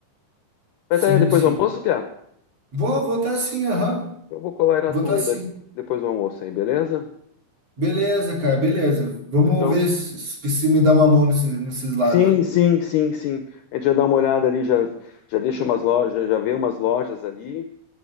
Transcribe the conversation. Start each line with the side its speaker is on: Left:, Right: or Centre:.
Left: Vai
Right: Sim,
Left: estar aí depois
Right: sim.
Left: do almoço, Piá?
Right: Vou votar sim, aham,
Left: Eu vou colar na
Right: votar
Left: tua aí
Right: sim.
Left: da- depois do almoço aí, beleza?
Right: Beleza, cara, beleza. Vamos
Left: Então,
Right: ver se, se me dá uma mão nesse, nesses lados
Left: Sim,
Right: aí.
Left: sim, sim, sim. A gente já dá uma olhada ali, já, já deixa umas lojas, já vê umas lojas ali,